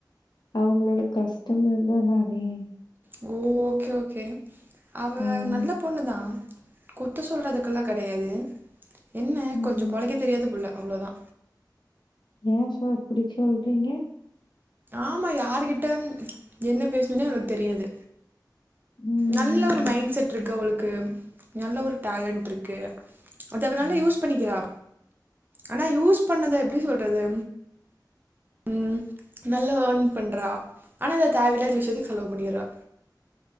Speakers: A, on the left (about 80°); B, on the right (about 25°).
A: அவங்களோட கஸ்டமர் தா நானே
B: கோ ஓகே ஓகே அவ
A: ம்.
B: நல்ல பொண்ணுதா குத்த சொல்றதுக்கெல்லா கெடையாது என்ன
A: ம்.
B: கொஞ்ஜொ பொழைக்க தெரியாத புள்ள இவ்ளோதா
A: ஏன் சொ இப்புடி சொல்றிங்க?
B: ஆமா யாருகிட்ட என்ன பேசணுன்னே அவளுக் தெரியாது
A: ம்.
B: நல்ல ஒரு மைண்ட் செட் இருக் அவளுக் க்கு நல்ல ஒரு டேலண்ட்ருக்கு அத அவ நல்லா
A: ம்.
B: யூஸ் பண்ணிக்கிறா ஆனா யூஸ் பண்ணத எப்டி சொல்றது உம் நல்லா அர்ன் பண்றா ஆனா இத தேவையில்லாத விஷயத்துக் செலவு பண்ணிர்றா